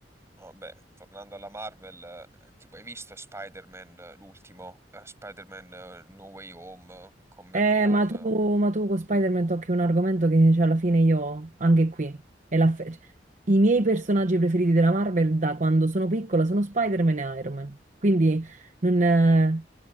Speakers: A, on the right; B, on the right.
A: Vabbè, tornando alla Marvel, eh, tipo, hai visto Spider-Man, eh, l'ultimo, Eh, Spider-Man eh, No Way Home, eh, Come Back
B: Eh,
A: Home.
B: ma tu,
A: eh.
B: ma tu con Spider-Man tocchi un argomento che cioè, alla fine io, anche qui, è la fe- cioè, i miei personaggi preferiti della Marvel da quando sono piccola sono Spider-Man e Iron Man. Quindi non... eh,